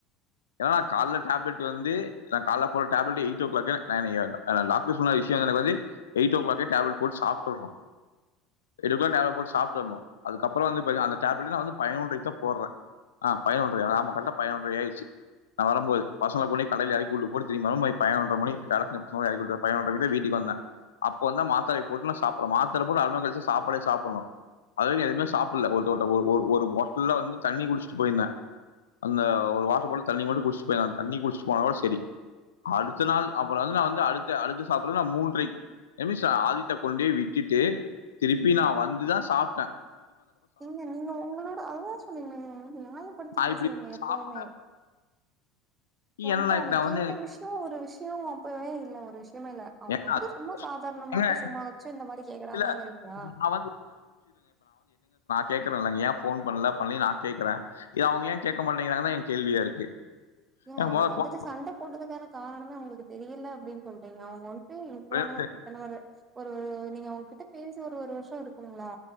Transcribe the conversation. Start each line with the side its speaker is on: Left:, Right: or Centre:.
Left: ஏன்னா நா கால்ல டேப்லெட் வந்து நா கால்ல போடற டேப்லெட்டு எய்ட் ஓ கிளாக்கு நானு எ நா டாக்டர் சொன்ன விஷ்யங்கன்னபோது எய்ட் ஓ கிளாக்கே டேப்லெட் போட்டு சாப்ட்ருனு எட்டுக்குள்ளாற டேப்லட் போட்டு சாப்ட்ரனு அதுக்கப்பறோ வந்து பாத்திங்னா அந்த டேப்லட்டு நா வந்து பயனொன்றைக்குதா போடறே ஆ பயனொன்றயா ஆமா கால்ல பயனொன்றை ஆயிருச்சு நா வரம்போது பசங்கள கொண்டு போய் கடையில எறக்கி விட்டுப் போட்டு திரும்பி வர மணி பயனொன்ற மணி வேல செஞ்ச பசங்கள எறக்கிவிட்டு பயனொன்ற மணிக்குதா வீட்டுக்கு வந்த அப்ப வந்துதா மாத்தரய போட்னு நா சாப்டற மாத்தர போட்டு அர மண் நேரோ கழிச்சுதா சாப்பாடே சாப்பட்ணு அது வரையு எதுமே சாப்புட்ல ஒருட்ட ஒருட்ட ஒரு ஒரு ஒரு பாட்டல்ல வந்து தண்ணி குடிச்சிட்டு போய்ருந்தே அந்த ஒரு வாட்ரு பாட்டில் தண்ணி மட்டு குடிச்சுட்டு போய்ருந்தே அந்த தண்ணி குடிச்சுட்டு போனதோட செரி அடுத்த நாள் அப்பறோ வந்து வந்து அடுத்து அடுத்து சாப்புட்றது நா மூன்றைக்கி எமீஷா ஆதித்யாவ கொண்டு போய் விட்டுட்டு திருப்பி நா வந்துதா சாப்ட்ட
Right: ஏங்க நீங்க உங்களோட அதுதா சொன்னே நீங்க வந்து நியாயப்படுத்தி
Left: நான்
Right: பேசுறீங்க
Left: இப்படி
Right: எப்போமே
Left: சாப்பிட்டு
Right: ஒன்ட்ட
Left: என்ன
Right: அவங்க
Left: நான்
Right: கேட்ட
Left: வந்து
Right: விஷ்யோ ஒரு விஷ்யோ அப்பவே இல்ல ஒரு விஷ யமே இல்ல அவங்க
Left: ஏங்க
Right: வந்து
Left: அது-
Right: சும்மா சாதாரணமாக்கு
Left: ஏங்க
Right: சும்மா வச்சு இந்த மாரி கேக்குறாங்கங்கிறீங்களா
Left: இல்ல நான் கேக்குற இல்லங்க யேன் ஃபோன் பண்ல பண்லயின்னு நா கேக்குற யேன் அவங்க ஏ கேக்க மாட்டேங்கறாங்கன்னுதா ஏன் கேள்வியா இருக்கு
Right: ஏங்க
Left: எனக்கு
Right: அவுங்க
Left: முதல்ல
Right: வந்துட்டு
Left: கோவம்
Right: சண்ட போட்டதுக்கான காரணமே அவுங்களுக்கு தெரியல அப்டின்னு சொல்றீங்க அவங் க வந்ட்டு இவ்ளோ
Left: வரும்.
Right: நாளு இத்தன ஒரு ஒரு நீங்க அவங்ககிட்ட பேசி ஒரு ஒரு வருஷோ இருக்குங்களா